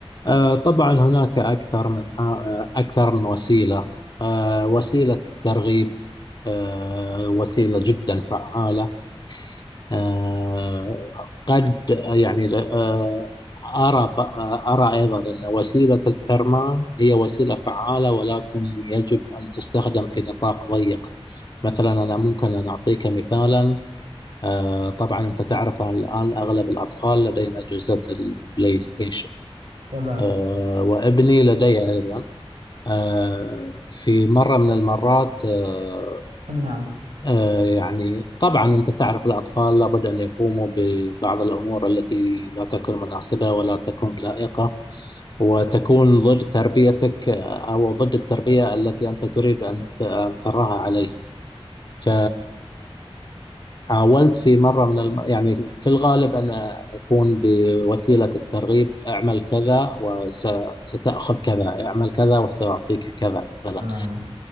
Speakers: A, on the left; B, on the right.
A: آه، طبعا هناك أكثر من آه، أكثر من وسيلة آه، وسيلة الترغيب آه، وسيلة جدا فعالة آه، قد يعني آه، أرى أرى أيضا أن وسيلة الحرمان هي وسيلة فعالة ولكن يجب أن تستخدم في نطاق ضيق مثلا أنا ممكن أن أعطيك مثالا آه، طبعا أنت تعرف الآن أغلب الأطفال لديهم أجهزة البلاي ستيشن
B: تمام
A: آه، وابني لدي أيضا آه، في مرة من المرات آه،
B: امنعه
A: آه، يعني طبعا أنت تعرف الأطفال لابد أن يقوموا ببعض الأمور التي لا تكون مناسبة ولا تكون لائقة وتكون ضد تربيتك آه، أو ضد التربية التي أنت تريد أن أن تراها عليهم ك حاولت في مرة من الم... يعني في الغالب أن أكون بوسيلة الترغيب اعمل كذا وستأخذ كذا اعمل كذا وسأعطيك كذا مثلا
B: تماما